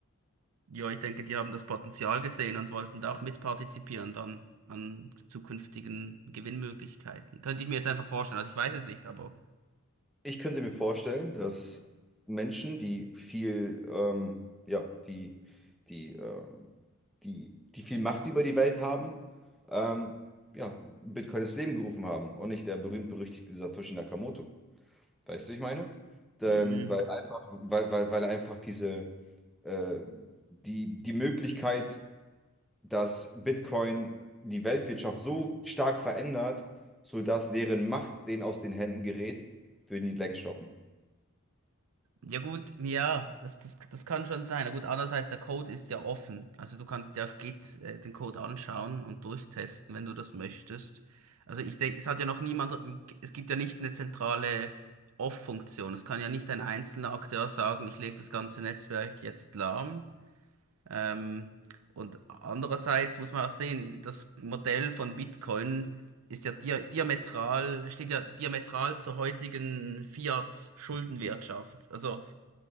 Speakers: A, on the right; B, in the centre.
A: Ja, ich denke, die haben das Potenzial gesehen und wollten da auch mitpartizipieren dann an zukünftigen Gewinnmöglichkeiten. Könnte ich mir jetzt einfach vorstellen. Also ich weiß es nicht, aber.
B: Ich könnte mir vorstellen, dass Menschen, die viel, ähm, ja, die, die, äh, die, die viel Macht über die Welt haben, ähm, ja, Bitcoin ins Leben gerufen haben und nicht der berühmt-berüchtigte Satoshi Nakamoto. Weißt du, was ich meine? Ähm,
A: Mhm.
B: weil einfach, weil, weil, weil er einfach diese, äh, die, die Möglichkeit dass Bitcoin die Weltwirtschaft so stark verändert, sodass deren Macht denen aus den Händen gerät, würden die längst stoppen.
A: Ja gut, ja, das, das, das kann schon sein. Na gut, andererseits, der Code ist ja offen. Also du kannst dir auf Git äh, den Code anschauen und durchtesten, wenn du das möchtest. Also ich denke, es hat ja noch niemand, es gibt ja nicht eine zentrale Off-Funktion. Es kann ja nicht ein einzelner Akteur sagen, ich lege das ganze Netzwerk jetzt lahm. Ähm, und andererseits muss man auch sehen, das Modell von Bitcoin ist ja dia diametral, steht ja diametral zur heutigen Fiat-Schuldenwirtschaft. Also